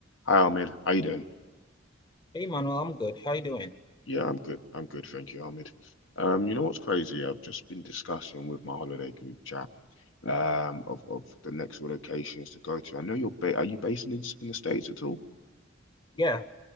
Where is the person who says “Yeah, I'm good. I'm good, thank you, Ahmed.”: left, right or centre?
Left